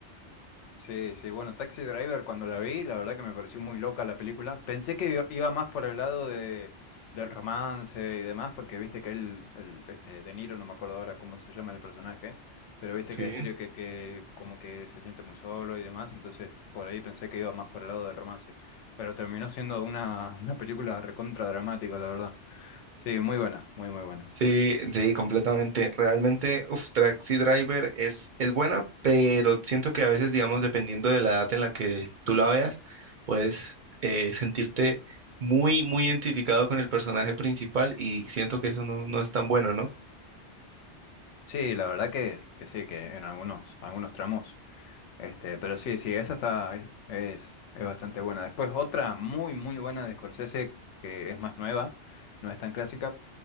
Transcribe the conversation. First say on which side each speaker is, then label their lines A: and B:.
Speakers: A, on the left; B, on the right.
A: Sí, sí. Bueno, Taxi Driver, cuando la vi, la verdad que me pareció muy loca la película. Pensé que iba iba más por el lado de, del romance y demás, porque viste que él, el, este, De Niro, no me acuerdo ahora cómo se llama el personaje, pero viste
B: Sí.
A: que describe que, que como que se siente muy solo y demás, entonces por ahí pensé que iba más por el lado del romance. Pero terminó siendo una, <laughs> una película recontra dramática, la verdad. Sí, muy buena, muy, muy buena.
B: Sí, sí, completamente. Realmente, uf, Taxi Driver es, es buena, pero siento que a veces, digamos, dependiendo de la edad en la que tú la veas, puedes eh, sentirte muy, muy identificado con el personaje principal y siento que eso no, no es tan bueno, ¿no?
A: Sí, la verdad que, que sí, que en algunos, algunos tramos. Este, pero sí, sí, esa está, es, es bastante buena. Después otra muy, muy buena de Scorsese, que es más nueva, no es tan clásica,